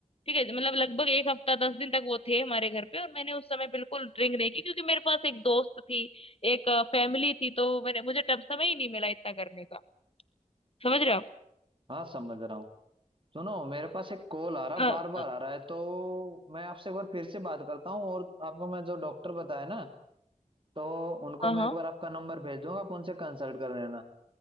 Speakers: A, on the left; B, on the right.
A: ठीक है मतलब लगभग एक हफ्ता दस दिन तक वो थे हमारे घर पे और मैंने उस समय बिल्कुल ड्रिंक नहीं की क्योंकि मेरे पास एक दोस्त थी एक फैमिली थी तो मैंने मुझे तब समय ही नहीं मिला इतना करने का समझ रहे हो आप
B: हाँ समझ रहा हूँ सुनो मेरे पास एक कॉल आ रहा
A: हाँ
B: बार बार आ रहा है तो मैं आपसे एक बार फिर से बात करता हूँ और आपको मैं जो डॉक्टर बताया ना तो उनको
A: हाँ
B: मैं
A: हाँ,
B: एक बार आपका नंबर भेज दूंगा आप उनसे कंसल्ट कर लेना